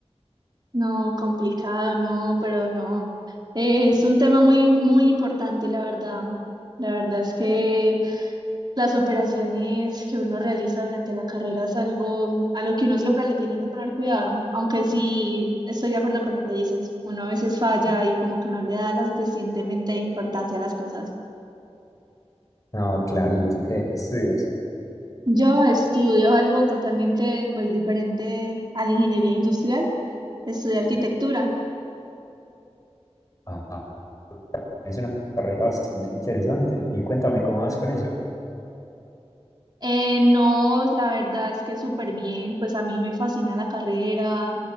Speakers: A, on the right; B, on the left.
A: No, complicado, no, pero no. Eh, es un tema muy, muy importante, la verdad. La verdad es que... Las operaciones que uno realiza durante la carrera es algo a lo que uno siempre le tiene que poner cuidado, aunque sí estoy de acuerdo con lo que dices, uno a veces falla y como que no le da la suficientemente importancia a las cosas.
B: No, claro, ¿y tú qué, qué estudias?
A: Yo estudio algo totalmente pues diferente a la ingeniería industrial, estudio arquitectura
B: Ah, es una carrera bastante interesante y cuéntame cómo vas con eso.
A: Eh, no, la verdad es que súper bien, pues a mí me fascina la carrera,